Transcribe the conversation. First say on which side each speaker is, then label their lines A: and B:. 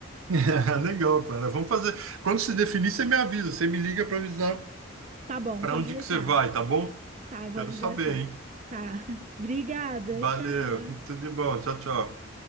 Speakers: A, on the right; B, on the right.
A: <laughs> Legal, Clara. Vamos fazer. Quando se definir, você me avisa, você me liga para avisar
B: Tá bom,
A: para
B: pode
A: onde
B: deixar.
A: que você vai, tá bom?
B: Tá, eu vou
A: Quero
B: avisar
A: saber,
B: assim.
A: hein?
B: Tá. <laughs> Obrigada.
A: Valeu,
B: Tchau.
A: tudo de bom. Tchau, tchau.